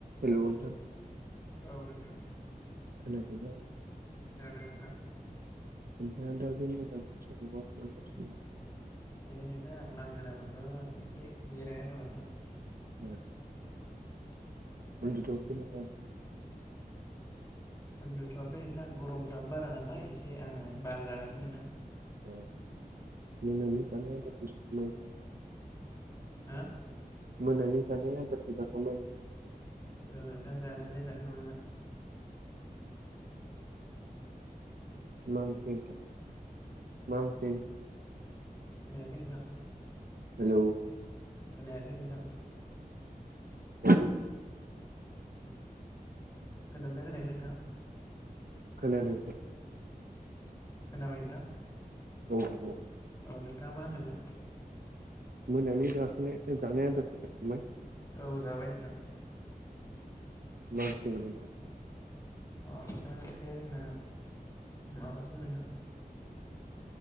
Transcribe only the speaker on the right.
हेल' नोंथां।
खोनादों ना?
<unintelligible>
ओ। उनदुथ'वाखै नामा?
अ मोनानि जानाय आदारखौ जाखांबाय?
मोनानि जानाय आदारखौ जाखांबाय
मा ओंख्रि नोंथां मा ओंख्रि
हेलौ
<inaudible>
खोनादों
औ
मोनानि जाखांनाय जानाय आदारखौ जाखांबाय
मा ओंख्रि मोन